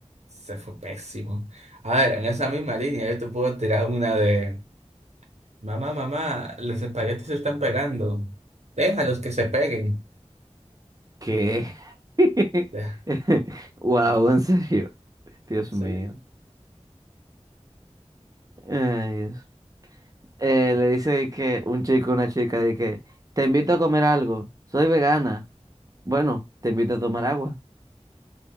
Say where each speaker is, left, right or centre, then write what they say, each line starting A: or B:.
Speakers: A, on the right (about 70°); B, on the right (about 30°).
A: se fue pésimo. A ver, en esa misma línea yo te puedo tirar una de, mamá, mamá, los espaguetis se están pegando. Déjalos que se peguen.
B: ¿Qué? <laughs>
A: Ya,
B: Wow, en serio. Dios
A: Sí.
B: mío. Ay, Dios. Eh, le dice que un chico, a una chica, de que te invito a comer algo. Soy vegana. Bueno, te invito a tomar agua.